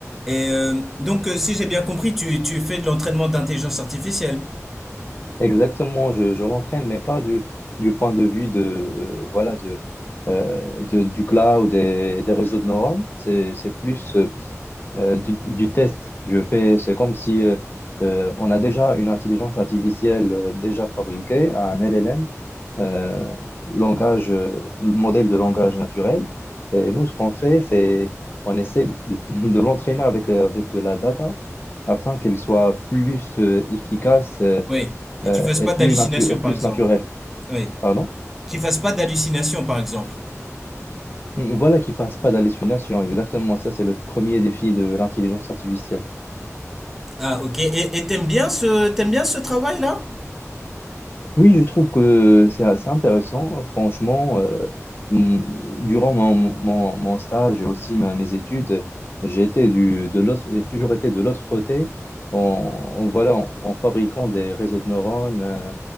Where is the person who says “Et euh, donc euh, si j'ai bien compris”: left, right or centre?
Centre